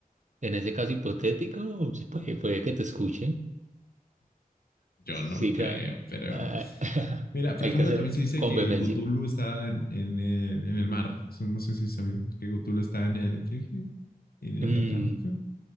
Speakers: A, on the right; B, on the left.
A: en ese caso hipotético, pues, puede, puede que te escuchen.
B: Yo
A: Sí,
B: no
A: claro.
B: creo, pero...
A: Ah, <laughs>
B: Mira, por
A: hay
B: ejemplo,
A: que hacer
B: también se dice
A: con
B: que
A: vehemencia.
B: Cthulhu está en, en el, en el mar. Eso No sé si es sabido que Cthulhu está en el... ¿qué? ¿En el
A: Mm,
B: Atlántico?